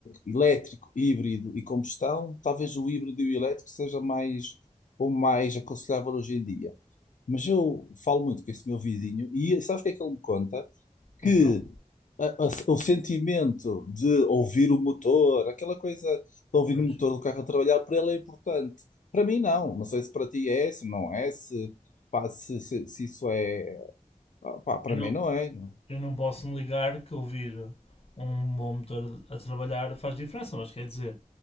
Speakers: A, on the left; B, on the left.
A: elétrico, híbrido e combustão, talvez o híbrido e o elétrico seja mais ou mais aconselhável hoje em dia. Mas eu falo muito com esse meu vizinho e sabes o que é que ele me conta? que
B: Então,
A: a- a- o sentimento de ouvir o motor, aquela coisa de ouvir
B: pois.
A: o motor do carro a trabalhar, para ele é importante. Para mim, não. Não sei se para ti é, se não é, se, pá, se, se, se isso é. ah, Pá, para
B: Eu não,
A: mim não é. não.
B: eu não posso negar que ouvir um bom motor a trabalhar faz diferença, mas quer dizer,